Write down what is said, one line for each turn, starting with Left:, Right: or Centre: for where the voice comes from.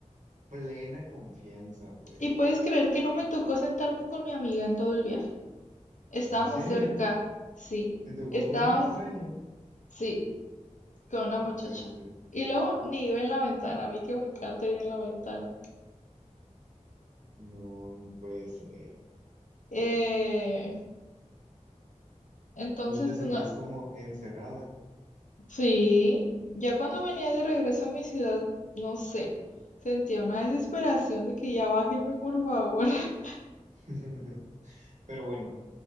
Right: plena confianza, pues.
Left: Y puedes creer que no me tocó sentarme con mi amiga en todo el viaje. Estábamos
Right: ¿En serio?
Left: cerca, sí.
Right: ¿Te tocó
Left: Estábamos,
Right: con un extraño?
Left: sí, con una
Right: No
Left: muchacha.
Right: puede ser.
Left: Y luego ni iba en la ventana, a mí que me encanta ir en la ventana.
Right: No, no puede ser.
Left: Eh, entonces,
Right: No te sentías
Left: pues no,
Right: como encerrada.
Left: Sí, ya cuando venía de regreso a mi ciudad, no sé, sentía una desesperación de que ya bájenme, por favor. <laughs>
Right: <laughs> Pero bueno,